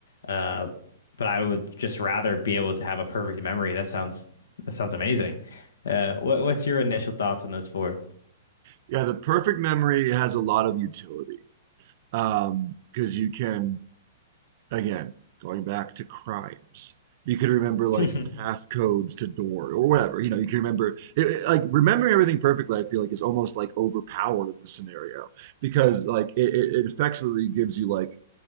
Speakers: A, on the left (about 75°); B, on the right (about 50°).
A: Uh, but I would just rather be able to have a perfect memory. That sounds that sounds amazing. Uh, what, what's your initial thoughts on those four?
B: Yeah, the perfect memory has a lot of utility um, because you can again, going back to crimes. You could remember
A: <laughs>
B: like passcodes to door or whatever. You know, you can remember it, it- like remembering everything perfectly, I feel like is almost like overpowered in this scenario because like it, it effectively gives you like